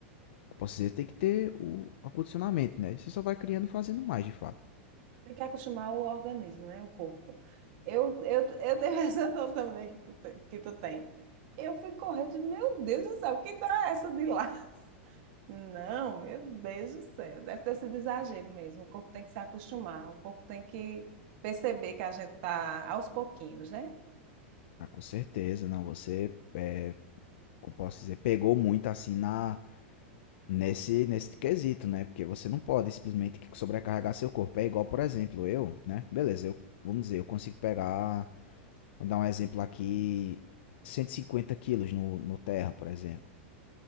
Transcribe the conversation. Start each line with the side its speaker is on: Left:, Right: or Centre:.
Left: eu Posso dizer, tem que ter o acondicionamento, né? Você só vai criando fazendo mais, de fato.
Right: Tem que acostumar o organismo, né? O corpo. Eu, eu, eu tenho essa <laughs> dor também que tu, tem- que tu tem. Eu fui correr, eu disse, meu Deus do céu, que dá essa de lá? Não, meu Deus do céu, deve ter sido exagero mesmo. O corpo tem que se acostumar, o corpo tem que perceber que a gente tá aos pouquinhos, né?
Left: Ah, com certeza, não. Você, é, como posso dizer, pegou muito assim na Nesse, nesse quesito, né? Porque você não pode simplesmente sobrecarregar seu corpo. É igual, por exemplo, eu, né? Beleza, eu, vamos dizer, eu consigo pegar, vou dar um exemplo aqui, 150 quilos no, no terra, por exemplo.